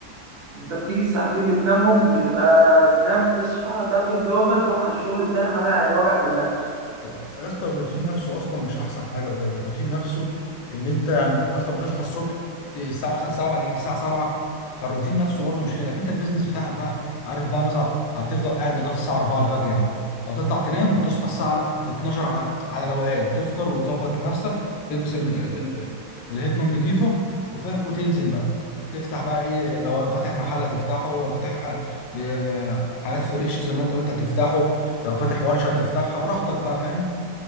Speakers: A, on the right; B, on the left.
A: انت بتيجي الساعتين بتنامهم بتبقى تنام تصحى تاكل لقمه تروح على الشغل التاني حاجه يعني وجع دماغ
B: طب يا اسطى الروتين نفسه اصلا مش احسن حاجه بجد الروتين نفسه ان انت يعني اصلا بتصحى الصبح ت- الساعه مثلا 7 تيجي الساعه 7 فالروتين نفسه برضه مش حلو لكن انت البيزنس بتاعك بقى عارف بقى مثلا هتفضل قاعد لغايه الساعه 4 الفجر يا عم وهتطلع تنام وتصحى الساعه 12 ع- على روقان تفطر وتظبط نفسك تلبس ال- ال- ال- الهدمه النظيفه وفاهم وتنزل بقى تفتح بقى ايه لو فاتح محل هتفتحه ولو فاتح آه، حاجات فريش زي ما انت قلت هتفتحه لو فاتح ورشه هتفتحها براحتك بقى فاهم